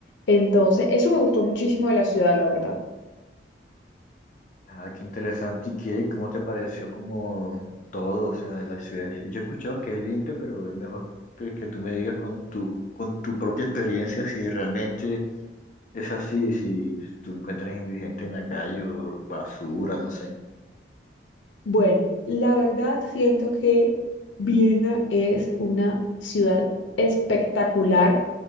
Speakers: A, on the left; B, on the left.
A: Entonces, eso me gustó muchísimo de la ciudad, la verdad.
B: Ah, qué interesante. ¿Y qué? ¿Cómo te pareció como todo, o sea, de la ciudad? Yo he escuchado que es limpia, pero es mejor que, que tú me digas con tu, con tu propia experiencia si realmente es así, si tú encuentras indigente en la calle o basura, no sé.
A: Bueno, la verdad siento que Viena es una ciudad espectacular,